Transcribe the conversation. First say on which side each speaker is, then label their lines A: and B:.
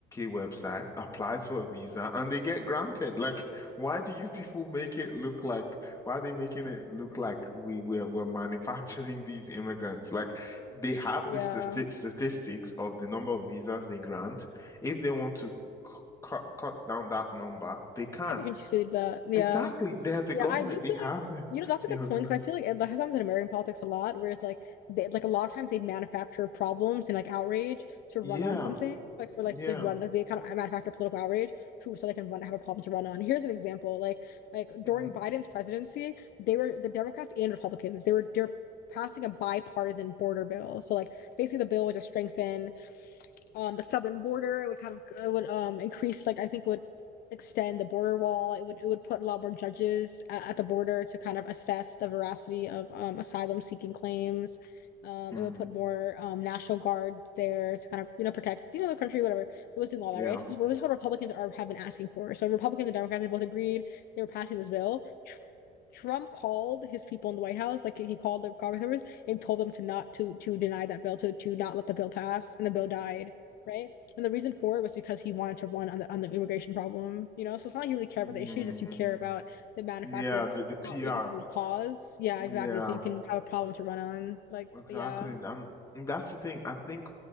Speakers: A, on the left; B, on the left.
A: website, applies for a visa, and they get granted. Like, why do you people make it look like, why are they making it look like we, we're, we're manufacturing these immigrants? Like, they have
B: Yeah.
A: the stati- statistics of the number of visas they grant. If they want to c- cut, cut down that number, they can.
B: Yeah, they can choose that. Yeah.
A: Exactly, they're the
B: Yeah,
A: government,
B: I do feel
A: they have
B: like,
A: the,
B: you know, that's a
A: the
B: good
A: organization.
B: point because I feel like it, that has happened in American politics a lot, where it's like they like a lot of times they manufacture problems and like outrage to run
A: Yeah,
B: on something, like for like
A: yeah.
B: to run like, they kind of manufacture political outrage to so they can run have a problem to run on. Here's an example. Like like during
A: mm-hmm.
B: Biden's presidency, they were the Democrats and Republicans, they were they're passing a bipartisan border bill. So like basically the bill would just strengthen um the southern border. It would kind of it would um increase like I think it would extend the border wall. It would it would put a lot more judges at, at the border to kind of assess the veracity of um asylum seeking claims. Um,
A: hmm
B: it would put more um national guards there to kind of you know protect you know the country whatever. It was doing all
A: Yeah.
B: that right. So this this is what Republicans are have been asking for. So Republicans and Democrats they both agreed they were passing this bill. Tr- Trump called his people in the White House, like he called the Congress members and told them to not to to deny that bill, to to not let the bill pass, and the bill died right? And the reason for it was because he wanted to run on the on the immigration problem, you know. So it's not like you really care
A: Mm,
B: about the issue, just you care about the manufactured
A: yeah, the the PR.
B: outrageous it would cause. Yeah, exactly.
A: Yeah,
B: So you can have a problem to run on. Like
A: exactly.
B: yeah,
A: Um, that's the thing. I think